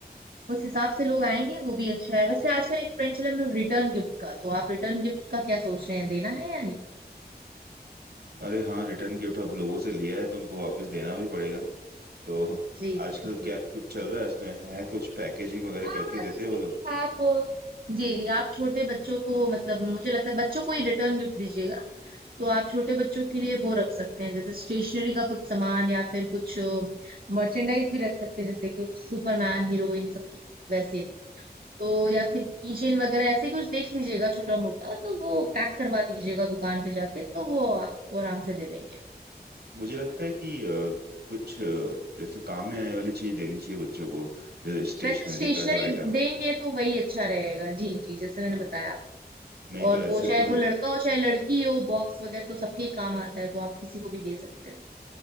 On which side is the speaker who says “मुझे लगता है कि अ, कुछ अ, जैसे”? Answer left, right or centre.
Right